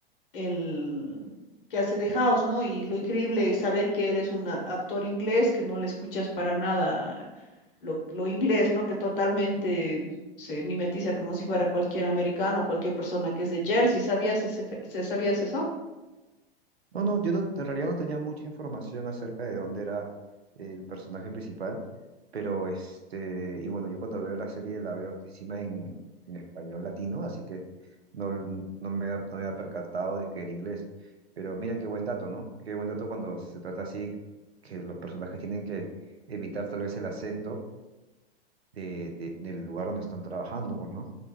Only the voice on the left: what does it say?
el que hace de House, ¿no? Y lo increíble es saber que él es un a- actor inglés que no le escuchas para nada lo, lo inglés, ¿no? Que totalmente se mimetiza como si fuera cualquier americano cualquier persona que es de Jersey. ¿Sabías ese, fe- se- sabías eso?